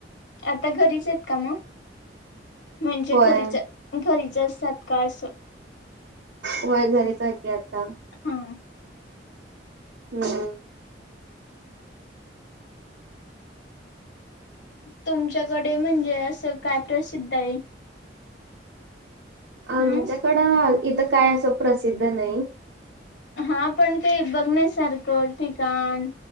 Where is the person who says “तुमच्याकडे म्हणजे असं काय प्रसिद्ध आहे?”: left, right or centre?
Left